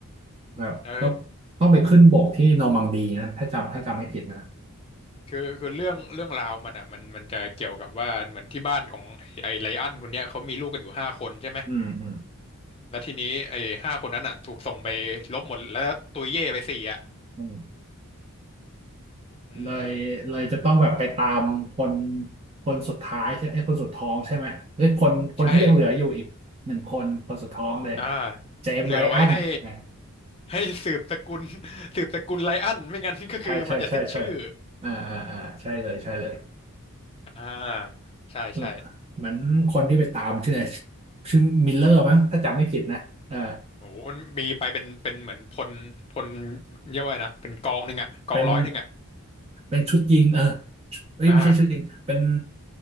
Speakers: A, on the right; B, on the left.
A: แบบต้องต้องไปขึ้นบกที่นอร์มังดีนะถ้าจำถ้าจำไม่ผิดนะ
B: เออคือคือเรื่องเรื่องราวมันอ่ะมันมันจะเกี่ยวกับว่าเหมือนที่บ้านของไอ้ไอ้ไลออนคนเนี้ยเขามีลูกกันอยู่ห้าคนใช่ไหม
A: อืมอืม
B: แล้วทีนี้ไอ้ห้าคนนั้นอ่ะถูกส่งไปลบหมดแล้วตุยเย่ไปสี่อ่ะ
A: อืม
B: อืม
A: เลยเลยจะต้องแบบไปตามคนคนสุดท้ายใช่ไอ้ยคนสุดท้องใช่ไหมหรือคนคนที่ยังเหลืออยู่อีกหนึ่งคนคนสุดท้องเลย
B: ใช่อ่า
A: เจมส์ไรอันอ่า
B: เหลือไว้ให้ให้สืบสกุล <laughs> สืบสกุลไลอันไม่งั้น <laughs> ก็คือมันจะสิ้นชื่อ
A: ใช่ใช่ใช่ใช่อ่าอ่าอ่าใช่เลยใช่เลย
B: อ่าใช่ใช่
A: เออเหมือนคนที่ไปตามชื่ออะไรชื่อมิลเลอร์มั้งถ้าจำไม่ผิดนะเออ
B: โอ้โหมันมีไปเป็นเป็นเหมือนพลพลเรียกว่าไงนะเป็นกองหนึ่งอ่ะกองร้อยหนึ่งอ่ะ
A: เป็นเป็นชุดยิงเออ เอ้ยไม่ใช่ชุดจริง
B: อ่า
A: เป็น